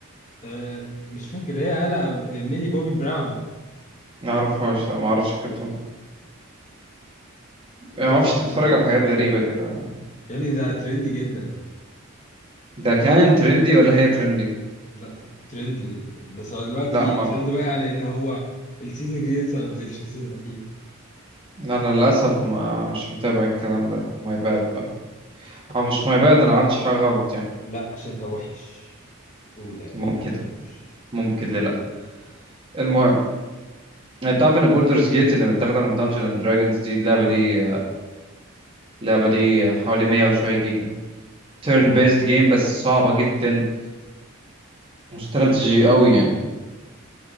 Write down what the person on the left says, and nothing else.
آه مش فاكر هي قالها ميلي بوبي براون
لازم
تكون
عارف.
يا ابني ده ترندي جدا
ده ترندي جدا بس هو دلوقتي
ترند
واقع لان هو السيزون الجديد لسه ما نزلش السيزون الاخير
لا عشان انت وحش قول اعترف
يا وحش
واو